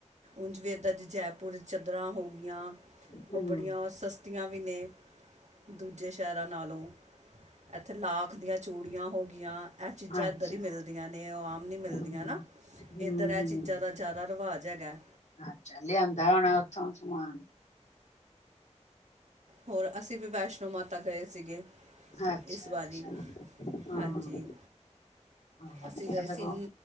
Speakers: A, on the right (about 70°); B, on the left (about 75°).
A: ਉਂਝ ਵੀ ਇਦਾਂ ਦੀ ਜੈਪੁਰ ਚਦਰਾਂ ਹੋ ਗਈਆਂ
B: ਹੂੰ-ਹੂੰ-ਹੂੰ-ਹੂੰ-ਹੂੰ,
A: ਓਹ ਬੜੀਆਂ ਸਸਤੀਆਂ ਵੀ ਨੇ ਦੂਜੇ ਸ਼ਹਿਰਾਂ ਨਾਲੋਂ। ਇੱਥੇ ਲਾਖ ਦੀਆਂ ਚੂੜੀਆਂ ਹੋ ਗਈਆਂ, ਇਹ ਚੀਜ਼ਾਂ
B: ਅੱਛਾ।
A: ਇੱਧਰ ਹੀ ਮਿਲਦੀਆਂ ਮਿਲਦੀਆ ਨੇ ਉਹ ਆਮ ਨੀ ਮਿਲਦੀਆਂ
B: ਹੂੰ-ਹੂੰ,
A: ਨਾ। ਇੱਧਰ ਇਹ ਚੀਜ਼ਾਂ ਦਾ ਜ਼ਿਆਦਾ ਰਿਵਾਜ਼ ਹੈਗਾ।
B: ਅੱਛਾ, ਲਿਆਂਦਾ ਹੋਣਾ ਓਥੋਂ ਸਮਾਨ।
A: ਹੋਰ, ਅਸੀਂ ਵੀ ਵੈਸ਼ਨੋ ਮਾਤਾ ਗਏ ਸੀਗੇ।
B: ਅੱਛਾ-ਅੱਛਾ,
A: ਇਸ, ਵਾਰੀ
B: ਹਾਂ
A: ਹਾਂਜੀ।
B: ਵਧੀਆ
A: ਅਸੀਂ ਗਏ
B: ਸਗੋਂ।
A: ਸੀ,